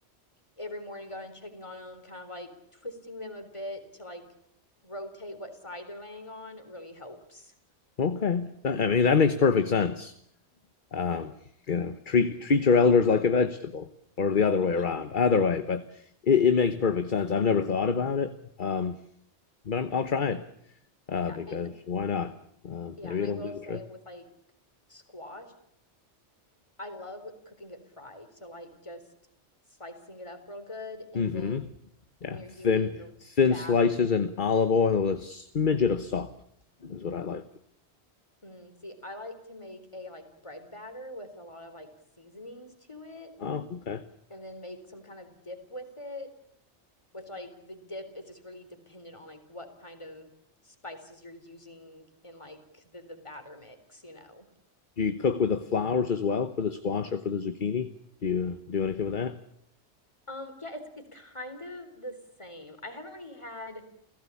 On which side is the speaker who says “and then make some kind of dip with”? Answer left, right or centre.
Left